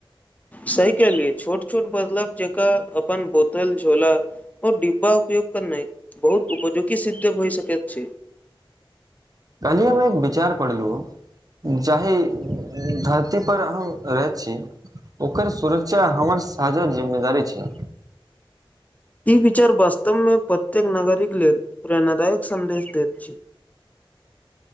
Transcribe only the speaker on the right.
<inaudible> काल्हि हम एक विचार पढ़लहुँ जाही धरती पर हम रहैत छी ओकर सुरक्षा हमर साझा जिम्मेदारी छै